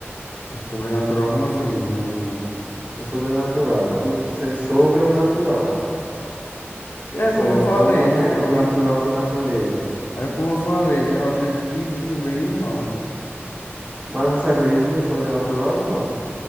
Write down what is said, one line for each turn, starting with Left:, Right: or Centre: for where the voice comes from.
Left: No sobrenatural, como assim? No...
Right: O sobrenatural. Tudo que seja sobre o natural.
Left: É
Right: E sobrepõe
Left: como eu falei,
Right: o, natu
Left: né? Eu
Right: o natural
Left: ent-
Right: de natureza.
Left: É como eu falei, né? Eu acredito que existe o bem e o mal.
Right: Mas você acredita no sobrenatural ou não?